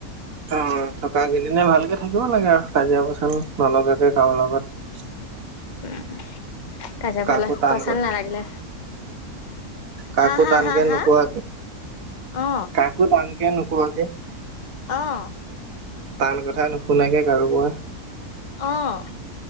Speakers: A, on the right; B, on the left.
A: অ' থকা কেদিন নে ভালকে থাকিব লাগে আৰু কাজিয়া পচাল নলগাকে। কাৰো লগত।
B: উম, কাজাপাল
A: কাকো টান
B: পচন্দ নালাগিলে।
A: কাকো
B: হা হা
A: টানকে
B: হা হা
A: নোকয়,
B: অ
A: কাকো টান কিয় নোকোৱাকে।
B: আহ।
A: টান কথা নুশুনাকে কাৰোবাৰ।
B: অ'